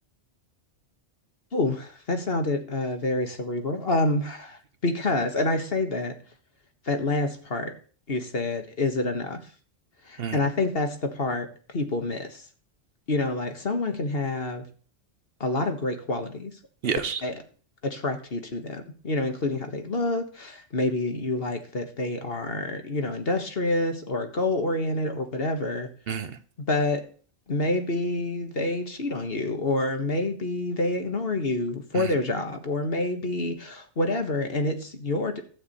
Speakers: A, on the left (about 55°); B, on the right (about 60°).
A: Oh, that sounded uh very cerebral. Um, because, and I say that that last part you said, is it enough?
B: Mm,
A: And I think that's the part people miss. You know, like someone can have a lot of great qualities
B: yes.
A: that attract you to them, you know, including how they look. Maybe you like that they are, you know, industrious or goal oriented or whatever,
B: Mm,
A: but maybe they cheat on you or maybe they ignore you for
B: mm,
A: their job or maybe whatever. And it's your,